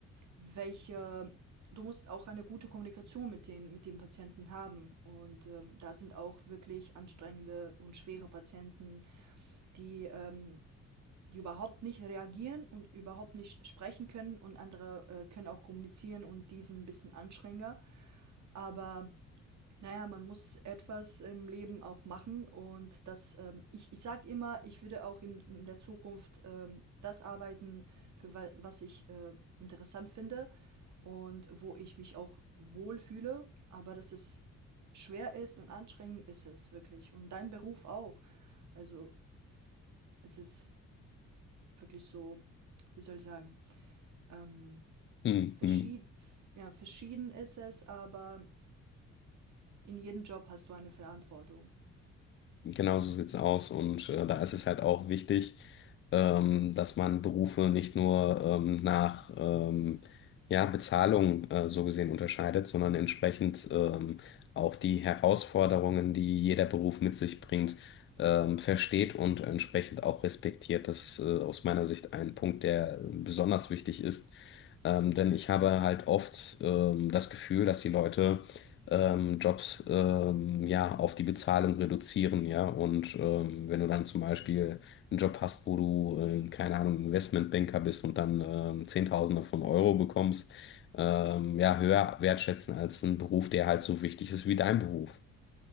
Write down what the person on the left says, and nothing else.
Mhm.
Genau so sieht's aus. Und äh, da ist es halt auch wichtig, ähm, dass man Berufe nicht nur ähm, nach ähm, ja, Bezahlung äh, so gesehen unterscheidet, sondern entsprechend ähm, auch die Herausforderungen, die jeder Beruf mit sich bringt, ähm, versteht und entsprechend auch respektiert. Das ist äh, aus meiner Sicht ein Punkt, der besonders wichtig ist. Ähm, denn ich habe halt oft ähm, das Gefühl, dass die Leute ähm, Jobs ähm, ja auf die Bezahlung reduzieren, ja. Und ähm, wenn du dann zum Beispiel einen Job hast, wo du, äh, keine Ahnung, Investmentbanker bist und dann ähm, Zehntausende von Euro bekommst, ähm, ja, höher wertschätzen als einen Beruf, der halt so wichtig ist wie dein Beruf.